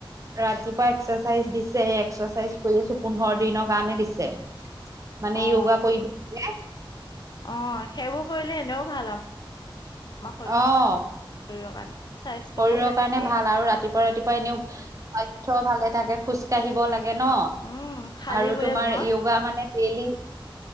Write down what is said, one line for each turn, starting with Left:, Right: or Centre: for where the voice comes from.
Right: ৰাতিপুৱা এক্সাৰচাইজ দিছে। এক্সাৰচাইজ কৰিছো। পোন্ধৰ দিনৰ কাৰণে দিছে। মানে
Left: অ'
Right: য়োগা কৰিবেলে।
Left: অ', সেইবোৰ কৰিলে। এনেও ভাল আমাৰ অ,
Right: অ',
Left: শৰীৰৰ কাৰণে স্বাস্থ্যও
Right: শৰীৰৰ
Left: ভালে
Right: কাৰণে
Left: থাকে
Right: ভাল আৰু ৰাতিপুৱা, ৰাতিপুৱা এনেও স্বাস্থ্য ভালে থাকে। খোজকাঢ়িব লাগে ন।
Left: উম খালী
Right: আৰু
Left: ভৰিৰে
Right: তোমাৰ
Left: মনত
Right: য়োগা মানে ডেইলি